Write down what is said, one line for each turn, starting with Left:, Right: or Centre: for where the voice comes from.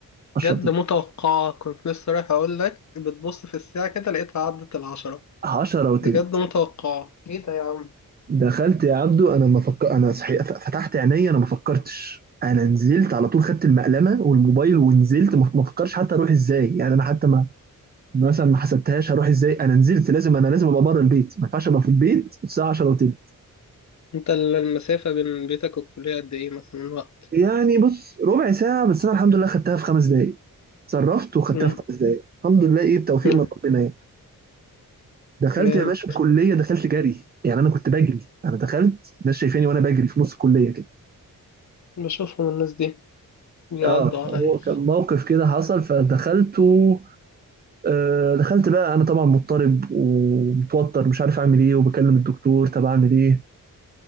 Right: 10
Left: جد
Right: وتلت
Left: متوقعة كنت لسه رايح أقول لك بتبص في الساعة كده لقيتها عدت العشرة
Right: 10 وتلت
Left: بجد متوقعة إيه ده يا عم
Right: دخلت يا عبدو انا ما فكر انا صحيح فتحت عيني انا ما فكرتش انا نزلت على طول خدت المقلمه والموبايل ونزلت ما ما فكرش حتى اروح ازاي يعني انا حتى ما مثلا ما حسبتهاش هروح ازاي انا نزلت لازم انا لازم ابقى بره البيت ما ينفعش ابقى في البيت الساعه 10 وتلت
Left: أنت ال- المسافة بين بيتك والكلية قد إيه مثلا وقت؟
Right: يعني بص ربع ساعة بس أنا الحمد لله خدتها في خمس دقايق صرفت وخدتها
Left: مم.
Right: في خمس دقايق الحمد لله إيه بتوفيق
Left: مم.
Right: من ربنا يعني دخلت
Left: جامد
Right: يا باشا الكلية دخلت جري يعني أنا كنت بجري أنا دخلت الناس شايفاني وأنا بجري في نص الكلية كده
Left: بشوفهم الناس دي بيعدوا
Right: اه فهو
Left: عليا
Right: كان موقف كده حصل فدخلت و... آه دخلت بقى أنا طبعا مضطرب ومتوتر مش عارف أعمل إيه وبكلم الدكتور طب أعمل إيه